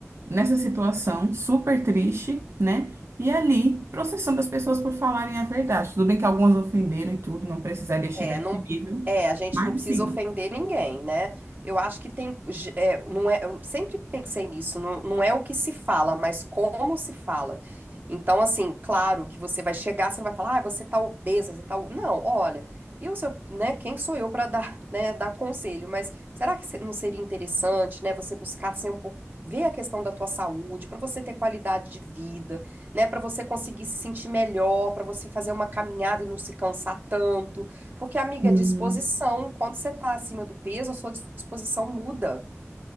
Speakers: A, on the right; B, on the right.
A: nessa situação super triste, né? E ali, processando as pessoas por falarem a verdade. Tudo bem que algumas ofenderam e tudo, não precisaria chegar
B: É,
A: a esse
B: não,
A: nível,
B: é, a gente
A: mas
B: não precisa
A: sim.
B: ofender ninguém, né? Eu acho que tem, ge- é, não é, eu sempre pensei nisso, não, não é o que se fala, mas como se fala. Então, assim, claro que você vai chegar, você não vai falar, ah, você tá obesa, você tá. o-". Não, olha, eu, sou- né, quem sou eu para dar, <laughs> né, dar conselho? Mas será que se- não seria interessante, né, você buscar ser um pouco. Ver a questão da tua saúde, para você ter qualidade de vida, né? Para você conseguir se sentir melhor, para você fazer uma caminhada e não se cansar tanto. Porque, amiga,
A: Uhum.
B: disposição, quando você tá acima do peso, a sua disposição muda.